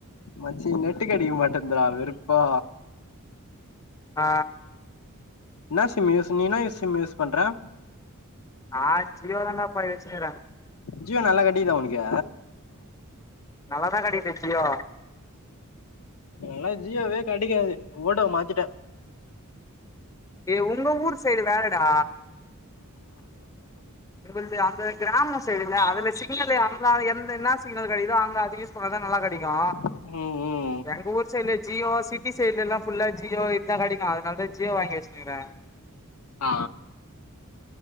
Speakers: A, on the left; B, on the left.
A: மச்சி நெட்டு கெடைக்க மாட்டேந்துடா வெறுப்பா
B: ஆ
A: என்னா சிம் யூஸ் நீ எனா சிம் யூஸ் பண்ற
B: நா ஜியோ தாண்டாப்பா வெச்சிகிறே
A: ஜியோ நல்லா கடைகிதா உனக்கு
B: நல்லதா கடைக்குது ஜியோ
A: எனக்குலா ஜியோவே கடைக்காது ஓடோ மாத்திட்டே
B: ஏ உங்க ஊர் சைடு வேறடா எங்களுது அந்த கிராமோ சைடுல அதுல சிக்னலு அங்க எந்த என்ன சிக்னல் கெடைக்குதோ அங்க அத் து யூஸ் பண்ணாதா நல்லா கெடைக்கு
A: ம் ம்
B: எங்க ஊர் சைட்ல ஜியோ சிட்டி சைட்லலா ஃபுல்லா ஜியோ இத்தா கெடைக்கு அதனாலதா ஜியோ வாங்கி வெச்சிட்ருக்கே
A: ஆ